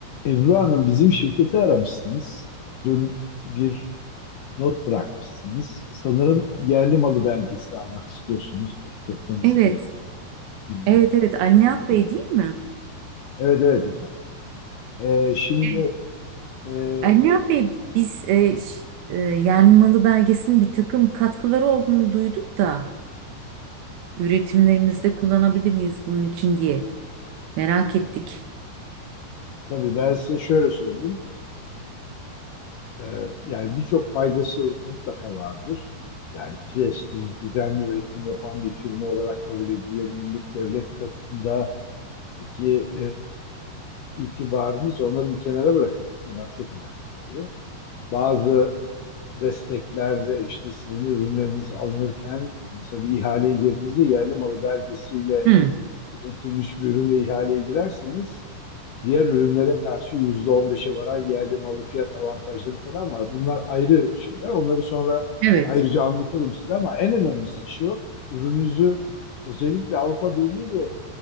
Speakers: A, on the left; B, on the right.
A: Ebru Hanım bizim şirketi aramışsınız. Dün bir not bırakmışsınız. Sanırım yerli malı belgesi almak istiyorsunuz. İşletmenizde
B: Evet,
A: öyle bir ürün.
B: evet, evet. Ali Nihat
A: Doğru
B: Bey
A: mu?
B: değil mi?
A: Evet evet efendim. Ee, şimdi
B: Evet.
A: e,
B: E, Ali Nihat Bey biz e, ş- e, Yenmalı belgesinin bir takım katkıları olduğunu duyduk da e, üretimlerimizde
A: tabii,
B: kullanabilir miyiz bunun için diye merak ettik.
A: tabii ben size şöyle söyleyeyim. Ee, yani birçok faydası mutlaka vardır. Yani prestij, düzenli üretim yapan bir firma olarak kabul edilebilirlik devlet katında ki itibarınız onları bir kenara bırakalım. Bunlar çok önemli tabii. bazı desteklerde işte sizin ürünleriniz alınırken mesela bir ihaleye girdiğinizde yerli malı belgesiyle
B: Hı,
A: üretilmiş bir ürünle ihaleye girerseniz diğer ürünlere karşı %15'e varan yerli malı fiyat avantajları falan var. Bunlar ayrı şeyler. Onları sonra
B: evet.
A: ayrıca anlatırım size ama en önemlisi şu ürününüzü özellikle Avrupa Birliği ve